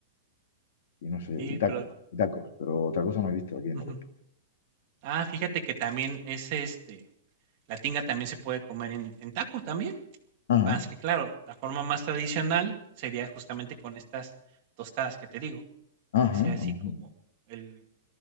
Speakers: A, on the left (about 55°); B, on the right (about 35°).
A: Y no sé,
B: Sí,
A: y tacos,
B: pero
A: y tacos, pero otra cosa no he visto aquí en
B: ujú.
A: Europa.
B: Ah, fíjate que también es este La tinga también se puede comer en, en taco también.
A: Ajá,
B: Más que claro, la forma más tradicional sería justamente con estas tostadas que te digo,
A: ajá,
B: que sea así
A: ajá.
B: como el,